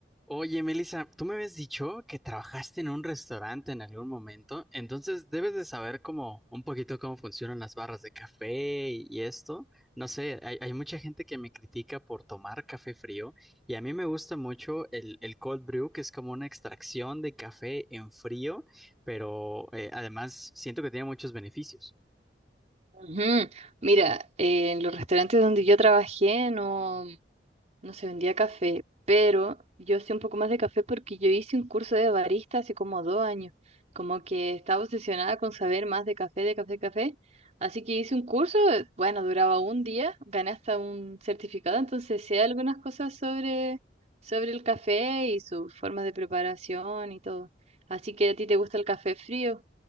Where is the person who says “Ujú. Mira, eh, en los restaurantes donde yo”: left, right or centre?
Right